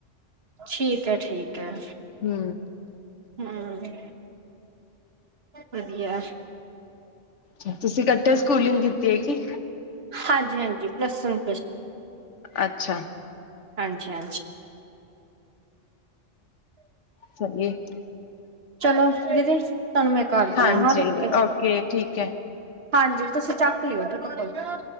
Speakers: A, on the right; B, on the left.
A: ਠੀਕ ਹੈ- ਠੀਕ ਹੈ।
B: ਹੂੰ।
A: ਹੂੰ ਵਧੀਆ ਐ।
B: ਅਛਾ ਤੁਸੀਂ ਇਕੱਠੇ ਸਕੂਲਿੰਗ ਕੀਤੀ ਹੋਈ ਕੀ?
A: ਹਾਂਜੀ- ਹਾਂਜੀ ਪ੍ਰਸਨ
B: ਅੱਛਾ।
A: ਹਾਂਜੀ- ਹਾਂਜੀ।
B: ਸਹੀਏ।
A: ਚਲੋ ਦੀਦੀ, ਤੁਹਾਨੂੰ ਮੈਂ ਕਰਦੀ
B: ਹਾਂਜੀ
A: ਆ, ਹਾਂ ਰੁਕ ਕੇ।
B: ਓਕੇ ਠੀਕ ਹੈ
A: ਹਾਂਜੀ ਤੁਸੀਂ ਚੱਕ ਲਿਓ ਠੀਕ ਹੈ ਫੇਰ।